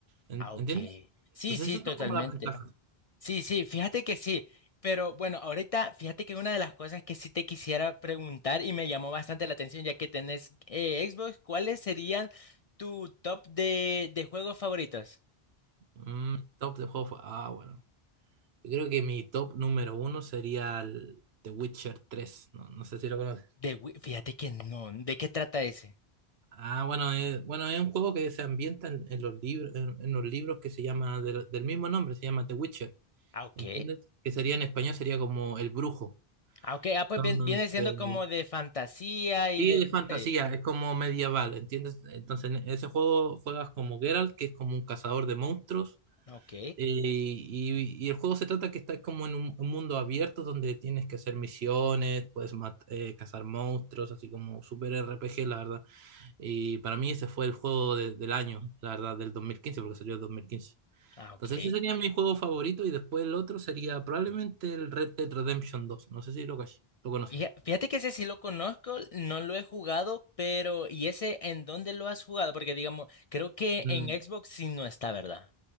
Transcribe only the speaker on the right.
¿En-
¿Entiendes?
Entonces,
esas
son como las ventajas.
Mm, top de juegos. Ah, bueno. Yo creo que mi top número uno sería el The Witcher tres No, no sé si lo conoces.
Ah, bueno, es, bueno, es un juego que se ambienta en, en los libros, en, en los libros que se llama del, del mismo nombre, se llama The Witcher.
¿Entiendes? Que sería en español, sería como El Brujo.
Entonces,
sí,
de
fantasía, es como medieval, ¿entiendes? Entonces, en ese juego juegas como Geralt, que es como un cazador de monstruos
Eh, y, y el juego se trata que estás como en un, un mundo abierto donde tienes que hacer misiones, puedes mat- eh, cazar monstruos, así como super RPG, la verdad. Y para mí ese fue el juego de- del año, la verdad, del 2015 porque salió el dos mil quince
Entonces
ese sería mi juego favorito y después el otro sería probablemente el Red Dead Redemption dos No sé si lo, cach- lo conoces.
Mm,